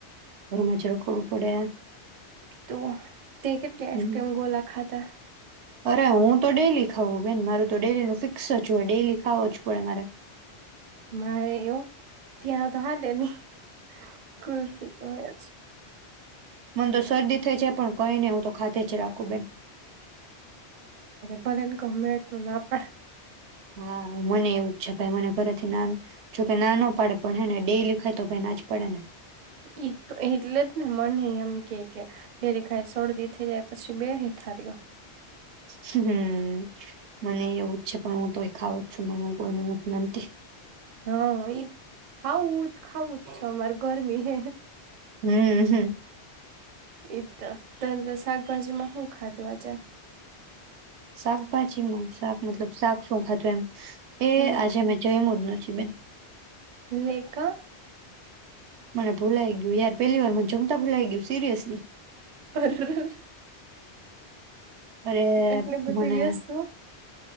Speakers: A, on the right; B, on the right.
A: પરમા છેરો કોન પડે?
B: તો? તે કેટલી આઈસક્રીમ,
A: હમ.
B: ગોલા ખાધા?
A: અરે હું તો ડેલી ખઉ બેન મારું તો ડેલી ન ફિક્સ જ હોય ડેલી ખાવો જ પડે મારે.
B: મારે એવું ત્યાં તો હાલે નઈ? કુલ્ફી તો હોય જ.
A: મન તો શરદી થઈ છે પણ કહીને હું તો ખાતે છે રાખુ બેેન.
B: બને કમેટ ના પણ
A: હા મને એવું જ છે ભાઈ મને ફરથી ના જોકે નાનો પાડે પણ હે ને ડે લેખાય તો ભાઈ ના જ પડે ને.
B: એ તો એટલે જને મને એમ કે કે ડેરી ખાઈ શરદી થઈ જાય પછી બે હેઠારયો.
A: હમ મને એવું જ છે પણ હું તોય ખાવ જ છું મ કોઈને વિનંતી.
B: હા એ. ખાવું જ ખાવું જ છે અમારે ગરમી.
A: હમ હમ.
B: એ તો અત્યાર શાકભાજીમાં ખાધું આજે?
A: શાકભાજીમાં શાક મતલબ શાક શું ખાધુ એમ. મે
B: હમ
A: આજે મેં જયમું જ નથી કે બેન
B: ને કા?
A: મને ભૂલાઈ ગય યાર પેલી વાર મને જમતા ભૂલાઈ ગું સિરિયસ.
B: અરરર
A: અરે
B: એટલી બધી
A: મને.
B: વ્યસ્ત હો